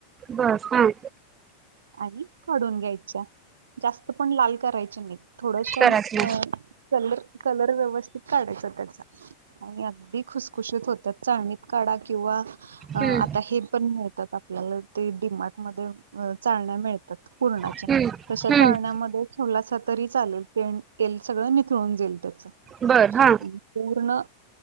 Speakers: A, on the right; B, on the right.
A: ब हअ.
B: आणि कडून घ्यायच्या जास्त पण लाल करायच्या नाही. थोडशा
A: करायची
B: म अं चल... कलर व्यवस्थित काढायचा त्याचा आणि अगदी खुसखुशीत होत चाळणीत काढा किंवा..
A: हम्म
B: अ आता हे पण मिळतात आपल्याला ते डि मार्ट मध्ये.. चाळण्या मिळतात पूर्णाच्या
A: हम्म
B: तशा
A: हम्म
B: चाळण्या मध्ये ठेवला सा तरी चालेल तेन तेल सगळ... निथळून जाईल त्याच.
A: बर हा
B: पूर्ण